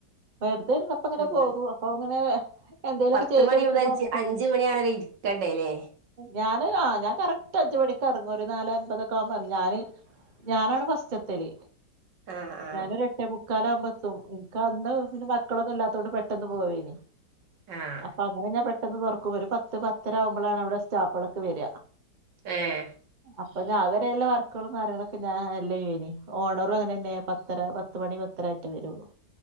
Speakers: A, on the right; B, on the right.
A: വെറുതെ ഇരുന്നപ്പങ്ങനെ
B: ഉം
A: പോകും അപ്പൊ <unintelligible> എന്തേലൊക്കെ
B: പത്ത്
A: ചെയ്ത്
B: മണി
A: കൊടുക്കുമ്പോ
B: മുതൽ
A: നമ്മക്ക്
B: അഞ്ച് മണി വരെ ഇരിക്കണ്ടേല്ലേ
A: ഞാന് ആ ഞാൻ കറക്റ്റ് അഞ്ച മണിക്ക് എറങ്ങും ഒരു നാലെ അൻപതൊക്കെ ക്കാൻ പറിം ഞാന് ഞാനാണ് ഫസ്റ്റെത്തല്
B: ആഹ് ആഹ്
A: ഞാനൊരെട്ടേ മു ക്കാലാവ്മ്പം എത്തും അന്ന് പിന്നെ മക്കളൊന്നും ഇല്ലാത്തോണ്ട് പെട്ടെന്ന് പോവേനി
B: ആഹ്
A: അപ്പൊ അങ്ങനെ ഞാൻ പെ പെട്ടെന്ന് തൊറക്കും ഒരു പത്ത് പത്തര ആകുമ്പളാണ് അവിടെ സ്റ്റാഫളൊക്കെ വര
B: ഏഹ്
A: അപ്പം ഞാൻ അത് വരെ ല്ലെ വർക്കുകളും കാര്യങ്ങളൊക്കെ ഞാൻ ഹാൻഡ്‌ലെയ്യെനി ഓണറും അങ്ങനെ തന്നെ പത്തര പത്ത് മണി പത്തര ആയിട്ടേ വരുള്ളൂ